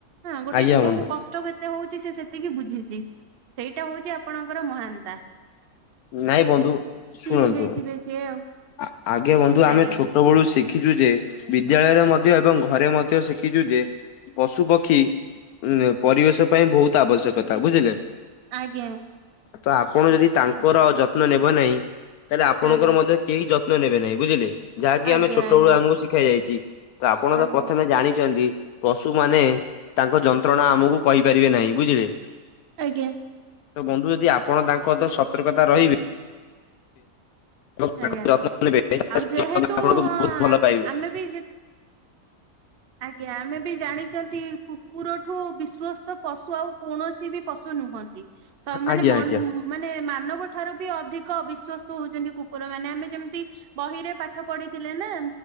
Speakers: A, on the right (about 50°); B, on the left (about 85°).
A: ହଁ ଗୋଟେ
B: ଆଜ୍ଞା
A: ଜୀବକୁ
B: ବନ୍ଧୁ
A: କଷ୍ଟ କେତେ ହଉଚି ସିଏ ସେତିକି ବୁଝିଚି। ସେଇଟା ହଉଛି ଆପଣଙ୍କର ମହନତା।
B: ନାଇଁ ବନ୍ଧୁ ଶୁଣନ୍ତୁ।
A: ହେଇଯାଇଥିବେ ସିଏ ଆଉ।
B: ଆ, ଆଜ୍ଞା ବନ୍ଧୁ ଆମେ
A: ଆଜ୍ଞା
B: ଛୋଟ ବଳୁ ଶିଖିଛୁ ଯେ ବି ଦ୍ୟାଳୟରେ ମଧ୍ୟ ଏବଂ ଘରେ ମଧ୍ୟ ଶିଖିଛୁ ଯେ ପଶୁପକ୍ଷୀ ଉଁ, ଏ ପରିବେଶ ପାଇଁ ବହୁତ ଆବଶ୍ୟକତା ବୁଝିଲେ।
A: ଆଜ୍ଞା।
B: ତ ଆପଣ ଯଦି ତାଙ୍କର ଯତ୍ନ ନେବ ନାହିଁ। ତାହେଲେ ଆପଣଙ୍କର
A: ଆଜ୍ଞା
B: ମଧ୍ୟ କେହି ଯତ୍ ନ ନେବେ ନାହିଁ। ବୁଝିଲେ, ଯାହାକି
A: ଆଜ୍ଞା
B: ଆମେ ଛୋଟ
A: ଆଜ୍ଞା ଆଜ୍ଞା
B: ବଳୁ ଆମକୁ ଶିଖା ଯାଇଚି। ତ ଆପଣ ତ
A: ଆଜ୍ଞା
B: ପ୍ରଥମେ ଜାଣିଚନ୍ତି ପଶୁମାନେ ତାଙ୍କ ଯନ୍ତ୍ରଣା ଆମକୁ କହିପାରିବେ ନାହିଁ ବୁଝିଲେ।
A: ଆଜ୍ଞା।
B: ତ ବନ୍ଧୁ ଯଦି ଆପଣ ତାଙ୍କ ତ ସ ସତର୍କତା ରହିବେ। ଏବଂ ତା
A: ଆଜ୍ଞା।
B: ଯତ୍ନ ନେବେ <inaudible> ଆପଣଙ୍କୁ
A: ଆଉ ଯେହେତୁ ହଁ
B: ବହୁତ ଭଲ ପାଇବେ।
A: ଆମେ ବି ଯେ ଆଜ୍ଞା ଆମେ ବି ଜାଣିଚନ୍ତି କୁକୁରଠୁ ବିଶ୍ଵସ୍ତ ପଶୁ ଆଉ କୌଣସି ବି ପଶୁ ନୁହନ୍ତି। ସ ମାନେ
B: ଆଜ୍ଞା
A: ମନ
B: ଆଜ୍ଞା
A: ମାନେ ମାନବ ଠାରୁ ବି ଅଧିକ ବିଶ୍ଵସ ତ ଯେମିତି କୁକୁର ମାନେ ଆମେ ଯେମିତି ବହିରେ ପାଠ ପଢିଥିଲେ ନା